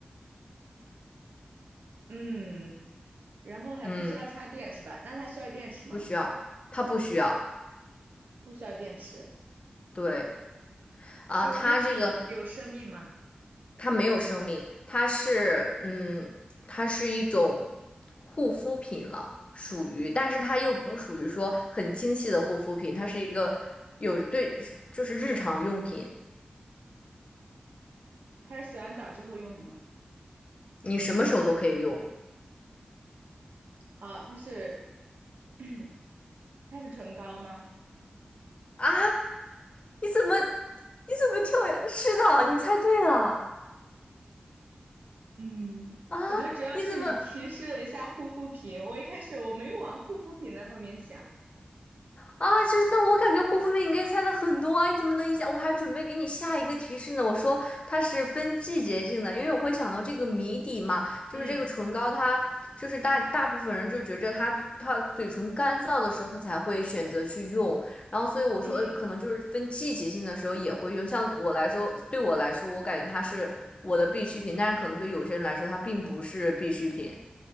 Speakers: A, on the right; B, on the left.
A: 嗯，然后还不需要插电是吧？
B: 嗯，
A: 那它需要电池吗？
B: 不需要，它不需要。
A: 不需要电池。
B: 对啊，
A: 这个物品有生命吗？
B: 它这个它没有生命，它是嗯，它是一种护肤品了，属于，但是它又不属于说很精细的护肤品，它是一个有对，就是日常用品，
A: 它是洗完澡之后用的吗？
B: 你什么时候都可以用
A: 哦，它是 <coughs> <clears throat> 它是唇膏吗？
B: 啊？你怎么你怎么跳跃？是的，你猜对了
A: 嗯，
B: 啊！
A: 我觉得主要是你提示了一下护肤品，
B: 你怎么？
A: 我一开始我没有往护肤品那方面想。
B: 啊，就是，但我感觉护肤品你可以猜的很多啊，你怎么能一下？我还准备给你下一个提示呢。我说它是分季节性的，因为我会想到这个谜底嘛，就是这个唇膏它，
A: 嗯
B: 就是大大部分人就觉着它它嘴唇干燥的时候，它才会选择去用。然后所以我说，
A: 嗯
B: 呃可能就是分季节性的时候也会用。像我来说，对我来说，我感觉它是我的必需品，但是可能对有些人来说，它并不是必需品。